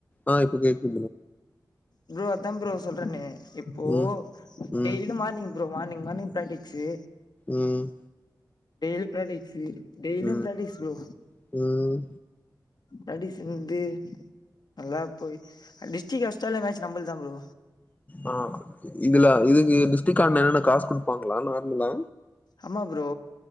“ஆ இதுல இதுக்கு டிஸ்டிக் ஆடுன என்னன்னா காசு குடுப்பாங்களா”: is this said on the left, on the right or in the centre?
Left